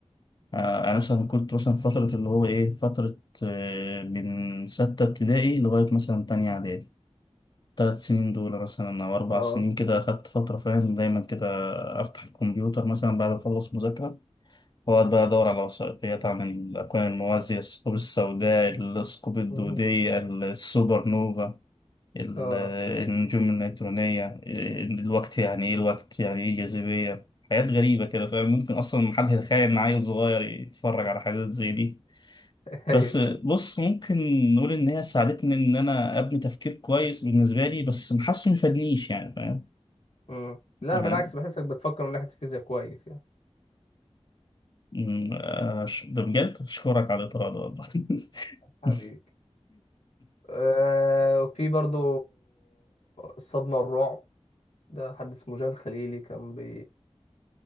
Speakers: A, on the left; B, on the left.
A: آه، انا مثلا كنت مثلا فتره اللي هو ايه فتره آه، من سته ابتدائي لغايه مثلا تانية اعدادي ثلاث سنين دول مثلا او اربع
B: اه
A: سنين كده اخدت فتره فاهم دايما كده افتح الكمبيوتر مثلا بعد ما اخلص مذاكره واقعد بقى ادور على وثائقيات عن الاكوان الموازيه الثقوب السوداء الثقوب الدوديه
B: مم.
A: السوبر نوفا ال-
B: اه
A: النجوم النيترونية الوقت يعني إيه الوقت يعني إيه الجاذبية حاجات غريبة كده فاهم ممكن أصلا محدش يتخيل إن عيل صغير يتفرج على حاجات زي دي
B: <laughs> ايوه
A: بس بص ممكن نقول إن هي ساعدتني إن أنا أبني تفكير كويس بالنسبة لي بس محاسس مفادنيش يعني فاهم
B: مم. لا
A: يعني
B: بالعكس بحسك بتفكر من ناحيه الفيزياء كويس يعني
A: أمم، آه، ش- ده بجد أشكرك على الإطراء ده والله <laughs>
B: حبيبي آه وفي برضو الصدمة والرعب ده حد اسمه جان خليلي كان بي...